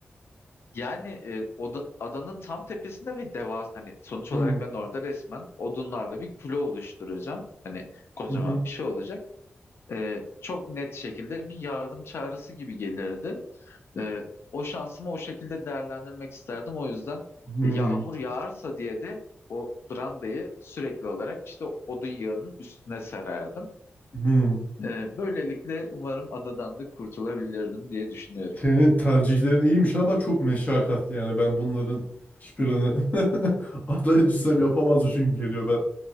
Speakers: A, on the left (about 70°); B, on the left (about 40°).
A: yani e, oda- adanın tam tepesinde bir devas hani sonuç
B: Hı.
A: olarak ben orada resmen odunlarla bir kule oluşturacağım. Hani kocaman
B: Hı hı.
A: bir şey olacak. E, çok net şekilde bir yardım çağrısı gibi gelirdi. E, o şansımı o şekilde değerlendirmek isterdim. O yüzden
B: Hı.
A: e, yağmur yağarsa diye de o brandayı sürekli olarak işte odun yağının üstüne sererdim.
B: Hı.
A: E, böylelikle umarım adadan da kurtulabilirdim diye düşünüyorum.
B: Senin tercihlerin iyiymiş ama çok meşakkatli yani ben bunların hiçbirini <laughs> adaya düşsem
A: <laughs>
B: yapamazmışım gibi geliyor ben.